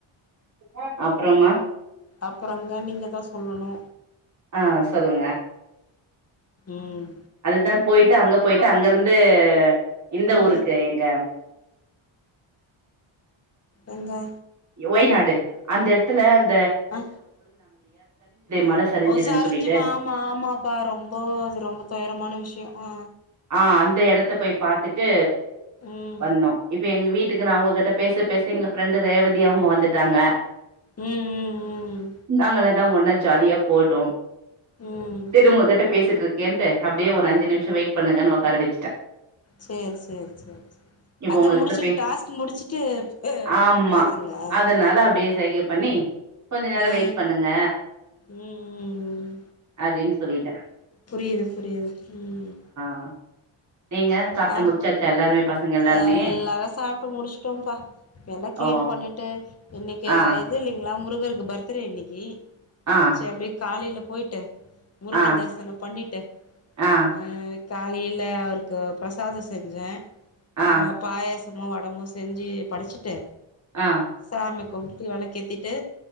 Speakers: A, on the right; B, on the left.
A: ஆ அப்பறம்மா
B: அப்பறங்க நீங்க தா சொல்லணு
A: ஆ சொல்லுங்க
B: ம்
A: அதுதா போயிட்டு அங்க போயிட்டு அங்கருந்து இந்த
B: ம்
A: ஊருக்கு எங்க
B: எங்க
A: ஒய்நாடு அந்த எடத்துல அந்
B: அ
A: மழ சரிஞ்சுதுன்னு
B: ஓ சரிஞ்சி
A: சொல்லிட்டு
B: ஆமா ஆமாப்பா ரொம்ப அது ரொம்ப துயரமான விஷயம் ஆ
A: ஆ அந்த எடத்த போய் பாத்துட்டு
B: ம்
A: வந்தோ இப்ப எங்க வீட் டுக்கு அவகிட்ட பேச பேச எங்க ஃப்ரெண்டு் ரேவதி அவங்க வந்துட்டாங்க
B: ம் ம் ம்
A: ந்தாங்கள எல்லா ஒன்னா ஜாலியா போட்டூ
B: ம்
A: சரி உங்ககிட்ட பேசிட்டு இருக்கேன்ட்டு அப்டியே ஒரு அஞ்சு நிமிஷம் வெய் பண்ணுங்கனு உக்கார வெச்
B: சேரி சேரி சேரி சேரி
A: இப்ப
B: அத
A: உங்ககிட்ட
B: முடிச்சுட்டு
A: பே
B: டாஸ்க் முடிச்சுட்டு
A: ஆமா
B: போய் பேசுங்க ஆ
A: அதனால அப்டியே சைகை பண்ணி கொஞ்ச நேரோ
B: ம்
A: வெயிட் பண்ணுங்க
B: ம்
A: அப்டின்னு சொல்லிட்டே
B: புரியுது புரியுது ம்
A: ஆ நீங்க சாப்ட்டு
B: ஆ
A: முடிச்சாச்சா எல்லாருமே பசங்க எல்லாருமே
B: எல்லாரு சாப்ட்டு முடிச்சுட்டோம்ப்பா எல்லா கிளீன்
A: ஓ
B: பண்ணிட்டு இன்னைக்கு
A: ஆ
B: இது இல்லைங் களா முருகருக்கு பர்த்டே இன்னைக்கி
A: ஆ
B: சே அப்டே காலைல போய்ட்டு முருகர்
A: ஆ
B: தரிசனம் பண்ணிட்டு
A: ஆ
B: அ காலையில அவருக்கு பிரசாதம் செஞ்சே
A: ஆ
B: அ பாயாச சமு வடமு செஞ்சி படச்சிட்டு
A: ஆ
B: சாமி கும்புட்டுட்டு வெளக்கு ஏத்திட்டு